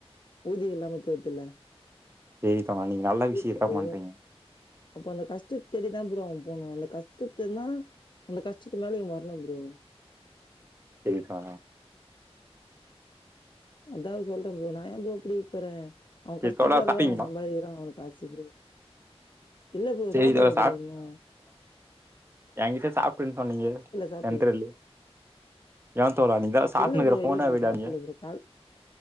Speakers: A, on the left (about 45°); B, on the right (about 20°).
A: ஊதியோ இல்லாம போயிருதுல்ல.
B: சேரி தோழா நீங்க நல்ல
A: கேக்குது
B: விஷயத்தா
A: ப்ரோ
B: பண்றீங்க
A: அப்போ அந்த கஷ்டத் தேடிதா ப்ரோ அவ போனு அந்த கஷ்டத்துலனா அந்த கஷ்டத்துமேல இவ வரணு ப்ரோ
B: டெய்லிக்கா
A: அதாவது சொல்றேன் ப்ரோ நா ஏன் ப்ரோ புடிக்க போறே அவ
B: சேரி
A: கஷ்டப்படுறத
B: தோழா சாப்ட்டீங்களா
A: அவ சம்பாதிக்கிறா அவனுக்கு காசுப்ப்ரோ. இல்ல ப்ரோ
B: சேரி
A: சாப்பிடல
B: தோழா
A: ப்றோ இன்னு
B: எங்கிட்ட சாப்பிட்டேனு சொன்னீங்க
A: சாப்பிடல.
B: சென்ரல்லு ஏன் தோளா நீதா சாப்புட்னுக்கிற
A: இல்ல ப்ரோ,
B: போனா
A: இல்ல ப்ரோ
B: வையிடானிங்க
A: சாப்பிடல ப்ரோ. கால்